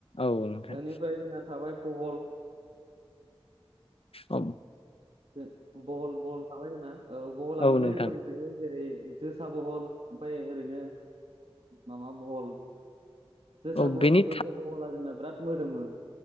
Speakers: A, on the left; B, on the right.
A: औ नोंथां
B: ओनिफ्राय जोंना थाबाय बहल
A: औ
B: <inaudible> जे बहल बहल थाबाय जोंना। औ बहला
A: औ
B: मोननै
A: नोंथां
B: रोखोम थायो जेरै जोसा बहल ओमफाय ओरैनो माबा बहल जोसा
A: औ
B: बहल
A: बेनि
B: जोसा बहला जोंना राथ मोदोमो।